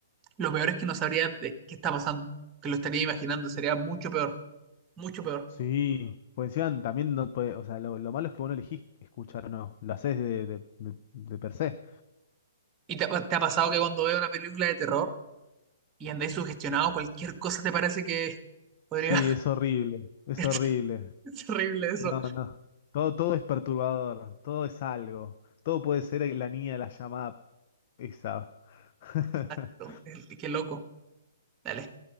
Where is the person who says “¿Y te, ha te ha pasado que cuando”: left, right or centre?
Right